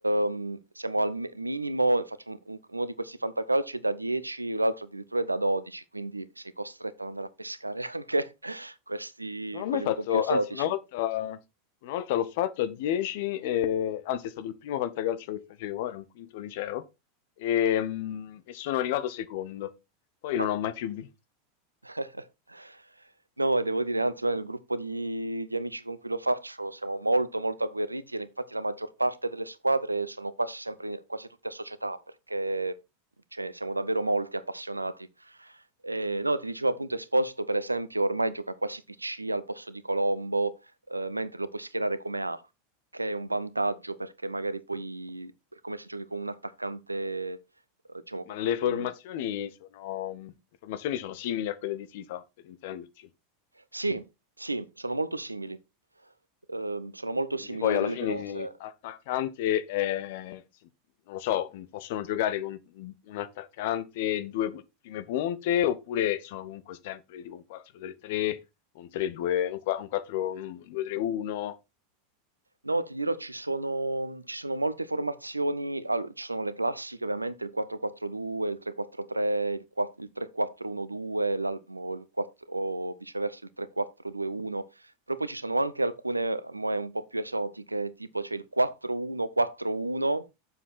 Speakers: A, on the right; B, on the left.
A: ehm, siamo al mi- minimo, faccio un- un- uno di questi fantacalci da 10, l'altro addirittura è da 12, quindi sei costretto ad andare a pescare <laughs> anche questi,
B: Non ho
A: quelli
B: mai fatto,
A: un po' più esotici.
B: anzi una volta, una volta l'ho fatto a 10, eh, anzi è stato il primo fantacalcio che facevo, era un quinto liceo, e, mm, e sono arrivato secondo. Poi
A: Ma
B: non ho mai più vinto.
A: <laughs> No, e devo dire, anzi, noi nel gruppo di, di amici con cui lo faccio siamo molto, molto agguerriti e infatti la maggior parte delle squadre sono quasi sempre, quasi tutte a società perché cioè, siamo davvero molti appassionati. E, no, ti dicevo appunto Esposito, per esempio, ormai gioca quasi PC al posto di Colombo, eh, mentre lo puoi schierare come A, che è un vantaggio perché magari poi è come se giochi con un attaccante, eh, diciamo, con,
B: Ma le
A: con
B: formazioni sono, le formazioni sono simili a quelle di FIFA, per intenderci.
A: Sì, sì, sono molto simili. Ehm, sono molto
B: Quindi
A: simili.
B: poi alla
A: Le
B: fine
A: rose
B: attaccante è, se- non lo so, possono giocare con un attaccante e due pu- prime punte, oppure sono comunque sempre tipo un 4-3-3, un 3-2, un 4-2-3-1.
A: No, ti dirò, ci sono, ci sono molte formazioni, al- ci sono le classiche ovviamente, il 4-4-2, il 3-4-3, il, qua- il 3-4-1-2, l'al- o il quatt- o viceversa il 3-4-2-1, però poi ci sono anche alcune mo, eh, un po' più esotiche, tipo c'è il 4-1-4-1